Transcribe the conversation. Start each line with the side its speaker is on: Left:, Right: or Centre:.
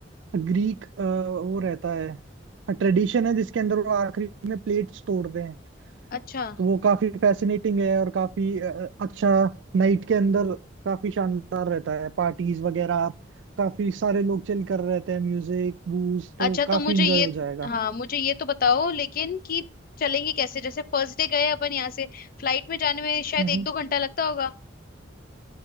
Right: ग्रीक अ, वो रहता है ट्रेडिशन है जिसके अंदर वो आखिरी में प्लेट्स तोड़ते हैं
Left: अच्छा
Right: तो वो काफी फैसिनेटिंग है और काफी अ, अच्छा नाइट के अंदर काफी शानदार रहता है पार्टीज वगैरह काफी सारे लोग चिल कर रहते हैं म्यूजिक बूज तो
Left: अच्छा तो
Right: काफी
Left: मुझे
Right: इंजॉय
Left: ये
Right: हो जाएगा
Left: हाँ मुझे ये तो बताओ लेकिन कि चलेंगे कैसे जैसे फर्स्ट डे गए अपन यहाँ से फ्लाइट में जाने में शायद
Right: हम्म
Left: एक दो घंटा लगता होगा